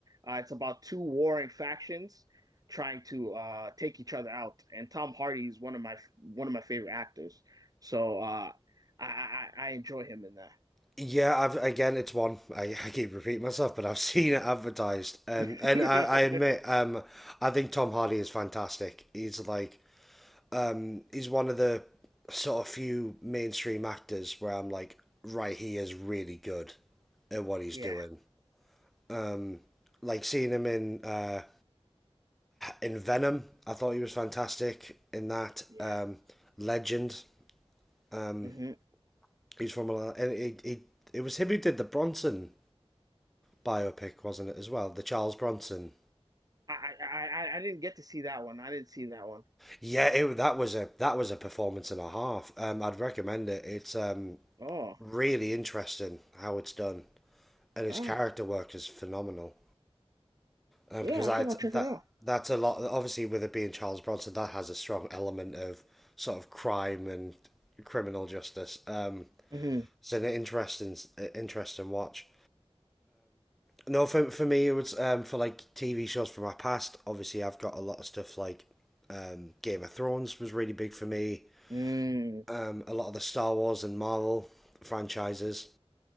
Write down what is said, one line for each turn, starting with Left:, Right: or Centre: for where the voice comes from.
Right: Uh, it's about two warring factions trying to uh take each other out, and Tom Hardy is one of my one of my favorite actors. So uh, I I, I I enjoy him in that.
Centre: Yeah, I've again, it's one I, <laughs> I keep repeating myself, but I've <laughs> seen it advertised, um,
Right: <laughs>
Centre: and I, I admit, um, I think Tom Hardy is fantastic. He's like, um, he's one of the sort of few mainstream actors where I'm like, right, he is really good at what he's
Right: Yeah,
Centre: doing. Um, like seeing him in uh, in Venom, I thought he was fantastic in that.
Right: yeah.
Centre: Um, Legend, um,
Right: Mhm.
Centre: he's from a. he, he, it was him who did the Bronson biopic, wasn't it as well? The Charles Bronson.
Right: I, I I I didn't get to see that one. I didn't see that one.
Centre: Yeah, it, that was a that was a performance and a half. Um, I'd recommend it. It's um,
Right: Oh,
Centre: really interesting how it's done, and his
Right: oh,
Centre: character work is phenomenal. um,
Right: yeah.
Centre: because I
Right: I think I'll check
Centre: that
Right: it out.
Centre: that's a lot. Obviously, with it being Charles Bronson, that has a strong element of sort of crime and criminal justice. Um,
Right: Mm-hmm.
Centre: it's an interesting interesting watch. No, for for me, it was um, for like TV shows from my past. Obviously, I've got a lot of stuff like um, Game of Thrones was really big for me.
Right: Mm-hmm.
Centre: Um, a lot of the Star Wars and Marvel franchises